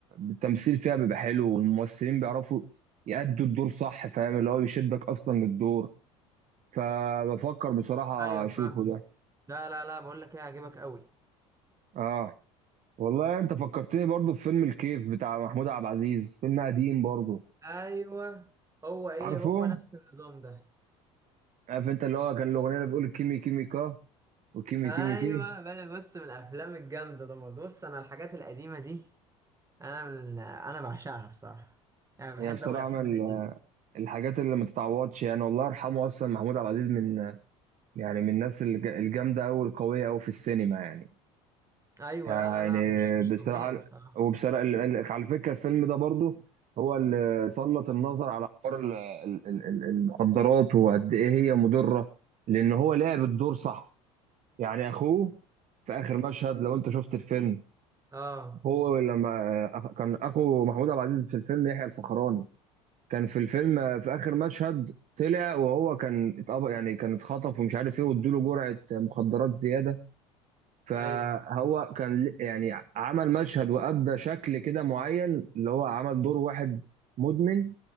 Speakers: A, on the right; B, on the right.
A: التمثيل فيها بيبقى حلو والممثلين بيعرفوا يأدوا الدور صح فاهم اللي هو بيشدك اصلا للدور فبفكر بصراحة
B: ايوه
A: اشوفه
B: فاهم
A: ده
B: لا لا لا بقول لك ايه هيعجبك قوي
A: اه والله انت فكرتني برضو في فيلم الكيف بتاع محمود عبد العزيز فيلم قديم برضو
B: ايوه هو ايه
A: عارفه
B: هو نفس النظام ده
A: عارف انت اللي هو كان الاغنية اللي بتقول كيمي كيمي كا وكيمي
B: ايوه
A: كيمي كي
B: بقى بص من الافلام الجامده ده بص انا الحاجات القديمه دي انا من... انا بعشقها بصراحه يعني بحب
A: هي بصراحة
B: قوي الافلام
A: من
B: القديمه
A: ال- الحاجات اللي ما تتعوضش يعني والله يرحمه اصلا محمود عبد العزيز من يعني من الناس الج- الجامدة قوي القوية قوي في السينما يعني
B: ايوه
A: يعني
B: لا لا لا مش مش
A: بصراحة
B: طبيعي بصراحه
A: وبصراحة ال- ال- على فكرة الفيلم ده برضو هو اللي سلط النظر على حوار ال- ال- ال- المخدرات وقد ايه هي مضرة لان هو لعب الدور صح يعني اخوه في اخر مشهد لو انت شفت الفيلم
B: اه
A: هو لما أخ- كان اخو محمود عبد العزيز في الفيلم يحيى الفخراني كان في الفيلم في اخر مشهد طلع وهو كان اتقبض يعني كان اتخطف ومش عارف ايه وادوا له جرعة مخدرات زيادة فهو
B: ايوه
A: كان ل- يعني عمل مشهد وأدى شكل كده معين اللي هو عمل دور واحد مدمن